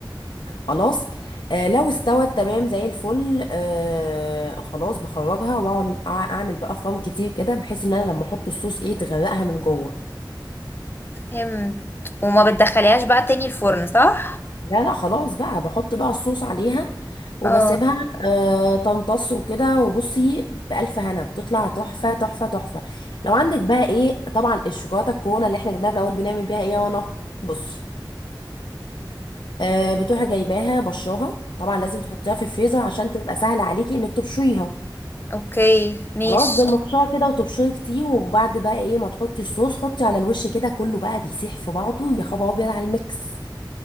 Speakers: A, on the left; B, on the left.
A: خلاص آه لو استوت تمام زي الفل آه خلاص بخرجها واقعد أع- اعمل بقى خرام كتير كده بحيث ان انا لما احط الصوص ايه تغرقها من جوه
B: فهمت وما بتدخليهاش بقى تاني الفرن صح
A: لا لا خلاص بقى بحط بقى الصوص عليها وبسيبها
B: اه
A: آه تمتص وكده وبصي بألف هنا بتطلع تحفة تحفة تحفة لو عندك بقى ايه طبعا الشوكولاتة الكونه اللي احنا جبناها في الأول بنعمل بيها ايه يا رنا بصي آه، بتروحي جايباها بشراها طبعا لازم تحطيها في الفريزر عشان تبقى سهل عليكي انك تبشريها
B: اوكي ماشي
A: خلاص بالمبشره كده وتبشري كتير وبعد بقى ايه ما تحطي الصوص حطي على الوش كده كله بقى بيسيح في بعضه يا خبر ابيض على الميكس